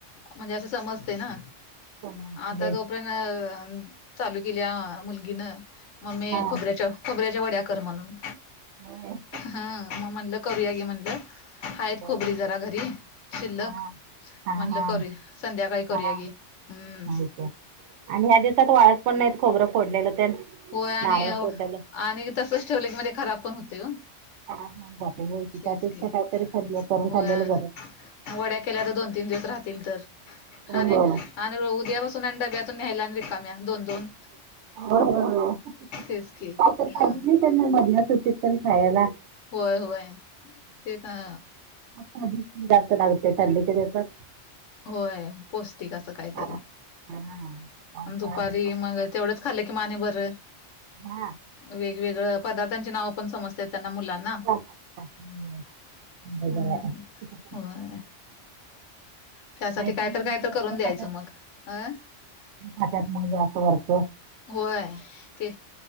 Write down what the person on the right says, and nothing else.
समोसे
हा
हो.
बरं.
हा हा
हा
हा
होय तर आणि ह्या दिवसात वाढत पण नाहीत खोरं फोडलेलं. तेन
नारळ फोडलेलं
ह ज होती त्यापेक्षा
काहीतरी खाल् करून
खाल्लेलं बरं
हो
ब
हो तर
पाहिजे
नाही त्यांना मधला सु होतीत पण खायला
खूप जास्त लागते थंडीच्या दिवसण
हा पावसाळा
दिवसात
हा
ह हज
नाही तर
म्हणजे
वर
फट्यात
फट्यात मग जात वरत